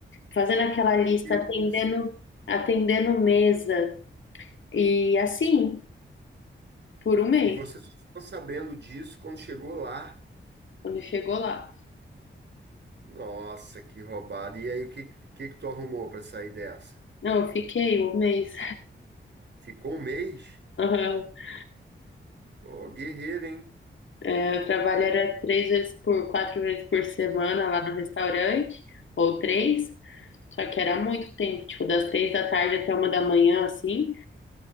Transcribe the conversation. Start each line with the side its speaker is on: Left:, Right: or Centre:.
Left: fazendo aquela lista,
Right: Que isso?
Left: atendendo, atendendo mesa. E assim, por um mês,
Right: E você só ficou sabendo disso quando chegou lá?
Left: quando chegou lá.
Right: Nossa, que roubada. E aí, o que, que, que tu arrumou para sair dessa?
Left: Não, eu fiquei um mês.
Right: Ficou um mês?
Left: <laughs>
Right: Ô, guerreiro, hein?
Left: Eu trabalho era três vezes por, quatro vezes por semana lá no restaurante, ou três, só que era muito tempo, tipo, das três da tarde até uma da manhã, assim,